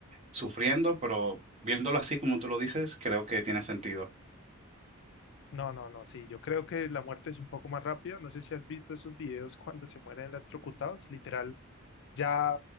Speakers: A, on the right; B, on the left.
A: sufriendo, pero viéndolo así como tú lo dices, creo que tiene sentido.
B: No, no, no, sí, yo creo que la muerte es un poco más rápida. No sé si has visto esos videos cuando se mueren electrocutados, literal, ya